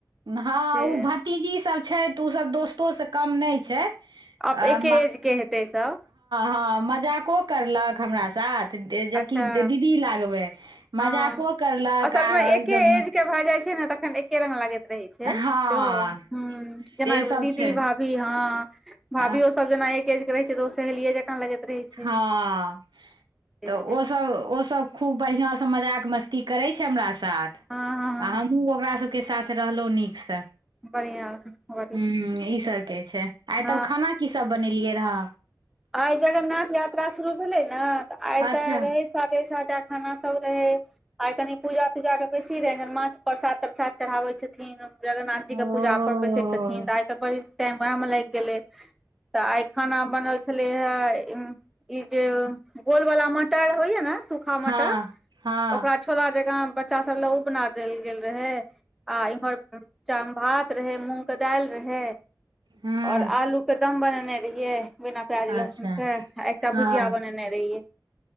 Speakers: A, on the right; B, in the centre.
A: हँ
B: से
A: ओ भतीजी सब छै तऽ ओ सब दोस्तो से कम नहि छै
B: आब
A: हँ
B: एके एज के हेतै सब
A: हँ मजाको करलक हमरा साथ तऽ जबकि
B: अच्छा
A: दीदी लागबै
B: हँ
A: मजाको करलक
B: असलमे
A: आ
B: एके
A: एकदम
B: एज भए जाइ छै ने तखन एके रङंगग लगे रहै छै
A: हँ
B: सेहो ह जेना
A: से सब
B: एो दीदी
A: छै
B: भाभी हँ
A: आ,
B: भाभियो सब जेना एकज के रहे छै तऽ ओ सहेलियय जकाँ लगैत रहै छै
A: हँ
B: से
A: तऽ
B: छै
A: ओ सब ओ सब खूब बढ़िऑं से मजाक मस्ती करै छै हमरा साथ
B: हँ हँ हँ
A: आ हम ओकरा सबके साथ रहलहुँ नीकसँ
B: बढ़िआँ बढ़िआँ
A: ह ईसभके छै आइ
B: हँ
A: तब खाना की सब बनेलियै रह
B: आइ जगन्नाथ यात्रा शुरू भेले ने आइ
A: अच्छा
B: ते रहे सादे सादा खाना सब रहे आर कनि पूजा तूजा के बेसी रहे माछ परसाद तरसाद चढ़ाबै छथिन जगन्नाथजीके
A: ओ
B: पूजापर बैसैत छथिन तऽ आइ कालहि बड़ी टाइम उएहमे लागि गेलै त आइ खाना बनल छै ई जे गोल वाला मटर होइया ने सूखा मटर
A: हँ हँ
B: ओकरा छोला जका में बच्चा सब ले उपना देल गेल रहे आ इम्हर च भात रहै मूँगके दालि रहै
A: ह
B: ओर आलू के दम बनेने रहियै बिना बिना प्याज
A: अच्छा
B: लस्मण के आ एकटा
A: हँ
B: भुजिया बनेने रहियै